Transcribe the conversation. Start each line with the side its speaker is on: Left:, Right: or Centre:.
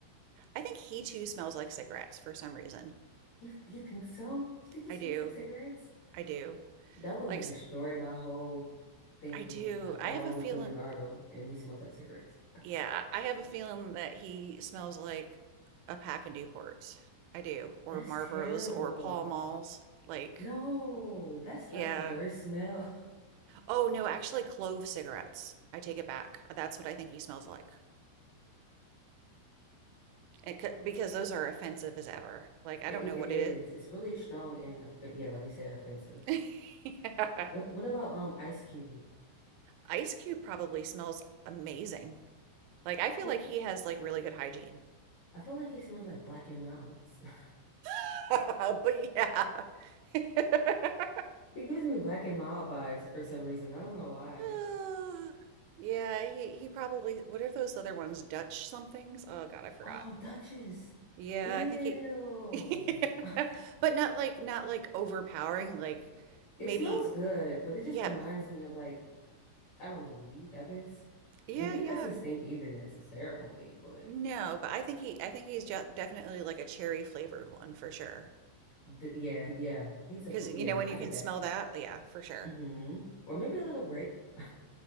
Right: I think he too smells like cigarettes for some reason.
Left: You you think so? You think he
Right: I
Left: smells
Right: do.
Left: like cigarettes?
Right: I do.
Left: That would
Right: Like,
Left: like destroy
Right: I
Left: my whole thing
Right: do.
Left: if, if
Right: I
Left: I
Right: have
Left: walked
Right: a feeling.
Left: up to Leonardo and he smells like cigarettes.
Right: Yeah, I have a feeling that he smells like a pack of Newports. I do. Or
Left: That's
Right: Marlboros
Left: terrible.
Right: or Pall Malls. Like,
Left: No, that's
Right: yeah,
Left: like the worst smell. <laughs>
Right: Oh no, actually clove cigarettes. I take it back. That's what I think he smells like. It could, because those are offensive as ever. Like I
Left: It
Right: don't
Left: it,
Right: know
Left: it
Right: what
Left: is.
Right: it
Left: It's really strong and offen- yeah, like you said, offensive.
Right: is. <laughs> Yeah.
Left: What what about um Ice Cube?
Right: Ice Cube probably smells amazing. Like I feel
Left: It,
Right: like
Left: it-
Right: he has like really good hygiene.
Left: I feel like he smells like Black and Milds. <laughs>
Right: <laughs> But yeah. <sighs> <laughs>
Left: It gives me Black and Mild vibes for some reason. I don't know why.
Right: Ah, Yeah, he he probably what are those other ones? Dutch somethings? Oh God, I forgot.
Left: Oh, Duchess.
Right: Yeah,
Left: Ew.
Right: I think he <laughs> Yeah.
Left: <laughs>
Right: But not like not like overpowering, like maybe
Left: It smells good, but it just
Right: yeah.
Left: reminds me of like, I don't know, weed, I guess.
Right: Yeah,
Left: And weed
Right: yeah.
Left: doesn't stink either necessarily, but
Right: No, but I think he I think he's ju- definitely like a cherry flavored one for sure.
Left: d yeah, yeah, he's
Right: Because
Left: a, fu- yeah,
Right: you know when
Left: I
Right: you
Left: get
Right: can
Left: that.
Right: smell that, yeah, for sure.
Left: hmm Or maybe a little grape. <laughs>